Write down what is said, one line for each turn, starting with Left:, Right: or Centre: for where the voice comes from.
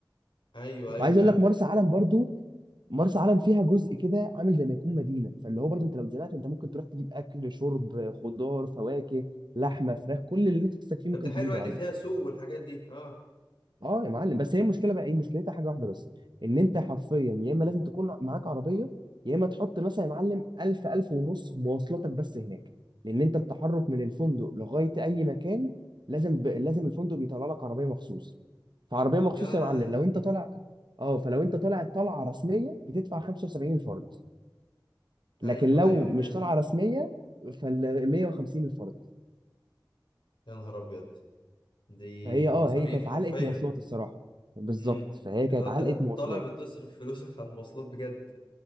Left: ايوه ايوه
Right: وعايز
Left: فهمتك
Right: اقول لك مرسى علم برضو مرسى علم فيها جزء كده عامل زي ما يكون مدينه فاللي هو برضو انت لو اتزنقت انت ممكن تروح تجيب اكل شرب خضار فواكه لحمه فراخ كل اللي نفسك فيه
Left: طب
Right: ممكن
Left: ده حلو
Right: تجيبه
Left: يعني
Right: عادي
Left: فيها سوق والحاجات دي اه
Right: اه يا معلم بس هي المشكله بقى ايه مشكلتها حاجه واحده بس ان انت حرفيا يا اما لازم تكون معاك عربيه يا اما تحط مثلا يا معلم 1000 1000 ونص مواصلاتك بس هناك لان انت التحرك من الفندق لغايه اي مكان لازم ب... لازم الفندق بيطلع لك عربيه مخصوص فعربيه مخصوص
Left: ياه
Right: يا معلم لو انت طالع اه فلو انت طالع طلعه رسميه بتدفع 75 الفرد
Left: ايوه
Right: لكن لو
Left: ايوه فهمت
Right: مش طالعه رسميه فال 150 الفرد
Left: يا نهار ابيض دي
Right: فهي
Left: دي
Right: اه
Left: مصاريف
Right: هي كانت
Left: حرفيا
Right: علقه مواصلات الصراحه بالظبط
Left: امم
Right: فهي كانت
Left: اللي هو ت-
Right: علقه مواصلات
Left: طالع بتصرف فلوسك على المواصلات بجد